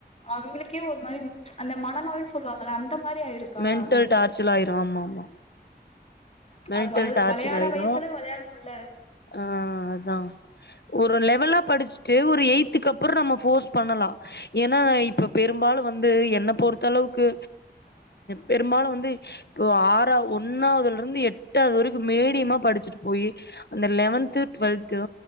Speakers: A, on the left; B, on the left.
A: அவங்களுக்கே ஒரு மாரி ச் அந்த மா மன நோய்னு சொல்லுவாங்கள அந்த மாரி ஆயிருக்கா
B: மென்டல் டார்ச்சல் ஆயிரு ஆமா ஆமா மென்டல்
A: அது வள்
B: டார்ச்சர்
A: வெளையாட
B: ஆயிரு
A: வயசுல வெளையாடணும்ல
B: ஆ அதா ஒரு லெவலா படிச்சுட்டு ஒரு எய்த்துக்கு அப்பற நம்ம போர்ஸ் பண்ணலா ஏன்னா இப்ப பெரும்பாலு வந்து என்ன பொறுத்த அளவுக்கு பெரும்பாலு வந்து ஆற ஒன்னாவதுல இருந்து எட் டாவது வரைக்கு மேடியமா படிச்சுட்டு போய் அந்த லெவன்து டுவெல்து